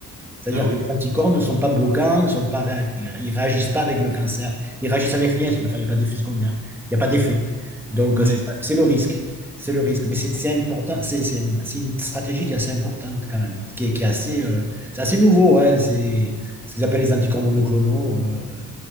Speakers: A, in the centre; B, on the right (about 45°).
A: C'est-à-dire
B: Ah oui,
A: que les anticorps ne sont pas bloquants, ne sont pas réa- ils ne réagissent pas avec le cancer. Ils réagissent avec rien, si vous préférez. Il n'y a pas d'effet secondaire. Il n'y a pas d'effet. Donc,
B: oui,
A: euh, c'est ça, c'est le risque. C'est le risque. Mais c'est c'est important. C'est c'est- c'est une stratégie qui est assez importante, quand même. Qui est, qui est assez, euh, c'est assez nouveau. hein. C'est ce qu'ils appellent les anticorps monoclonaux euh,